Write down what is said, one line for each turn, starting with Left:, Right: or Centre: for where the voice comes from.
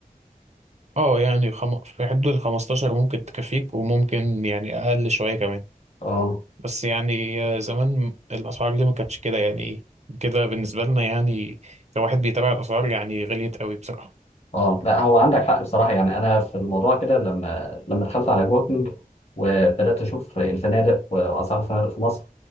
Right: اه يعني خم... في حدود ال 15 ممكن تكفيك وممكن يعني اقل شويه كمان
Left: اه
Right: بس يعني آه، زمان الاسعار دي ما كانتش كده يعني كده بالنسبه لنا يعني كواحد بيتابع الاسعار يعني غليت قوي بصراحه
Left: اه لا هو عندك حق بصراحه يعني انا في الموضوع كده لما لما دخلت على جوكينج وبدات اشوف الفنادق واسعار الفنادق في مصر